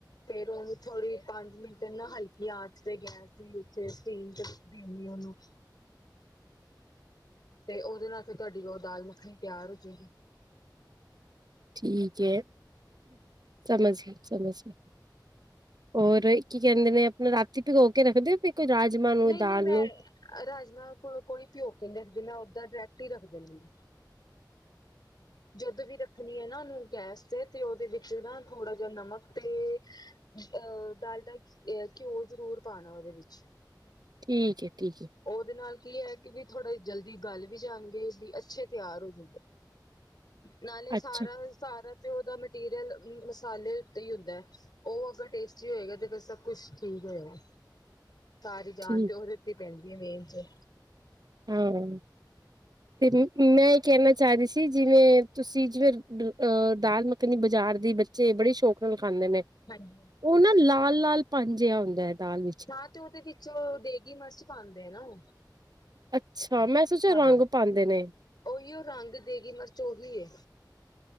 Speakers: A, on the left; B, on the right.
A: ਫੇਰ ਉਹਨ ਥੋੜ੍ਹੀ ਪੰਜ ਮਿੰਟ, ਨਾ ਹਲਕੀ ਆਚ ਤੇ ਗੈਸ। ਉੱਥੇ ਸੇਕ ਦੇਣੀ ਉਹਨੂੰ ਤੇ ਉਹਦੇ ਨਾਲ ਫਿਰ ਤੁਹਾਡੀ ਉਹ ਦਾਲ ਮੱਖਣੀ ਤਿਆਰ ਹੋ ਜਾਏਗੀ।
B: ਠੀਕ ਹੈ, ਸਮਝਗੀ ਸਮਝਗੀ ਹੋਰ ਕੀ ਕਹਿੰਦੇ ਨੇ ਆਪਣਾ ਰਾਤੀ ਭਿਗੋ ਕੇ ਰੱਖਦੇ ਹੋ। ਕੋਈ ਰਾਜਮਾਂ ਨੂੰ
A: ਨਹੀਂ-
B: ਦਾਲ
A: ਨਹੀਂ ਮੈਂ
B: ਨੂੰ
A: ਰਾਜਮਾਂ ਕੋ ਕੋਈ ਭਿਓ ਕੇ ਨਹੀਂ ਰੱਖਦੀ ਮੈਂ ਸਿੱਧਾ ਡਾਇਰੈਕਟ ਹੀ ਰੱਖ ਦਿੰਦੇ ਆ। ਜੁਧ ਵੀ ਰੱਖਣੀ ਹੈ ਨਾ ਉਹਨੂੰ, ਗੈਸ ਤੇ ਤੇ ਉਹਦੇ ਵਿੱਚ, ਵਿੱਚ ਨਾ ਥੋੜਾ ਜਿਹਾ ਨਮਕ, ਤੇ ਅਹ ਢਾਲਢਾ ਘਿਓ ਜ਼ਰੂਰ ਪਾਣਾ ਉਹਦੇ ਵਿੱਚ,
B: ਠੀਕ ਏ, ਠੀਕ ਏ।
A: ਉਹਦੇ ਨਾਲ ਕੀ ਹੈ ਕਿ ਵੀ ਥੋੜ੍ਹਾ ਜਲਦੀ ਗੱਲ ਵੀ ਜਾਣਦੀ ਸੀ ਵੀ ਅੱਛੇ ਤਿਆਰ ਹੋ ਜਾਈਏ। ਨਾਲੇ
B: ਅੱਛਾ
A: ਸਾਰਾ- ਮਟੀਰੀਅਲ ਮਸਾਲੇ ਉੱਤੇ ਹੀ ਹੁੰਦਾ ਉਹ ਅਗਰ ਟੇਸਟੀ ਹੋਏਗਾ ਤੇ ਫਿਰ ਸਭ ਕੁਛ ਠੀਕ ਹੋਏਗਾ। ਸਾਰੀ ਜਾਨ
B: ਠੀਕ
A: ਤੇ ਉਹਦੇ ਤੇ ਪੈਂਦੀ ਐ ਮੇਨ ਚ।
B: ਹਮ। ਤੇ ਮੈ ਕਹਿਣਾ, ਚ ਰਹੀ ਸੀ। ਕਿ ਜਿਵੇਂ ਤੁਸੀਂ ਜਿਵੇਂ ਅਹ ਦਾਲ ਮੱਖਣੀ ਬਾਜ਼ਾਰ ਦੀ ਬੱਚੇ ਬੜੇ ਸ਼ੌਕ ਨਾਲ ਖਾਂਦੇ ਨੇ
A: ਹਾਂਜੀ।
B: ਉਹ ਨਾ ਲਾ ਹੱਲ -ਲਾਲ ਪੰਜ ਜਿਹਾ ਹੁੰਦਾ। ਦਾਲ ਵਿੱਚ
A: ਤਾ ਤੇ ਓਦੇ ਵਿੱਚ ਦੇਗੀ ਮਿਰਚ ਪਾਦੇ। ਦੇਣਾ ਹੂ
B: ਅੱਛਾ! <unintelligible> ਸੋਚਿਆ
A: ਹਾ,
B: ਰੰਗ ਪਾਉਂਦੇ ਨੇ
A: ਓਇਓ ਰੰਗ ਦੇਗੀ ਮਿਰਚ ਉਹੀ ਏ।